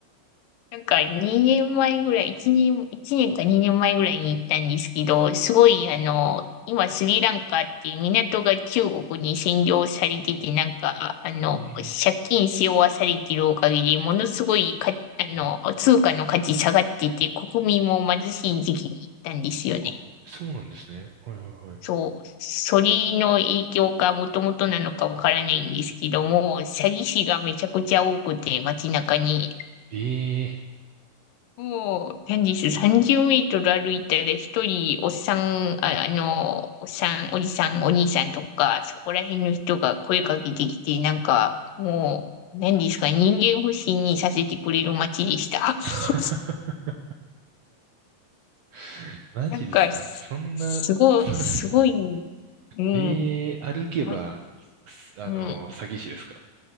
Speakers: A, on the left; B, on the right.
A: なんか2年前ぐらい、1年、一年か2年前ぐらいに行ったんですけど、すごいあの、今スリランカっていう港が中国に占領されてて、なんか、あの、
B: ええ
A: 借金し負わされてるおかげで、ものすごいか、あの、通貨の価値下がってて、国民も貧しい時期に行ったんですよね。
B: あ、そうなんですね。はいはいはい。
A: そう、それの影響かもともとなのかわからないんですけども、詐欺師がめちゃくちゃ多くて、街中に。
B: ええ
A: もう、何です、30メートル歩いたら一人、おっさん、あ、あの、おっさん、おじさん、お兄さんとか、そこら辺の人が声かけてきて、なんか、もう、何ですか、人間不信にさせてくれる街でした。<laughs>
B: <laughs> <laughs> マジですかそんな、
A: なんか、す、すごい、
B: そんな
A: すごい、うん、
B: え <laughs> えー歩けば、
A: ま
B: すあの、
A: うん、
B: 詐欺師ですか